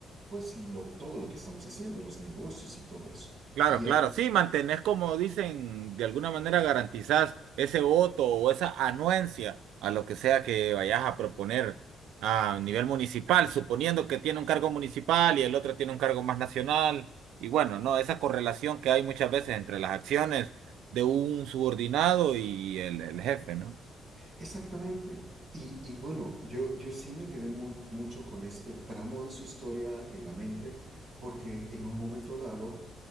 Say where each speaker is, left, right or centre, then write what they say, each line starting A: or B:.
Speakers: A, on the right; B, on the right.
A: pues lo- todo lo que estamos haciendo, los negocios y todo eso.
B: Claro,
A: Y
B: claro,
A: eh,
B: sí, mantenés como dicen, de alguna manera garantizás ese voto o esa anuencia a lo que sea que vayas a proponer a nivel municipal, suponiendo que tiene un cargo municipal y el otro tiene un cargo más nacional. Y bueno, no, esa correlación que hay muchas veces entre las acciones de un subordinado y el, el jefe, ¿no?
A: exactamente. Y, y bueno, yo, yo sí me quedé mu- mucho con este tramo de su historia en la mente, porque en un momento dado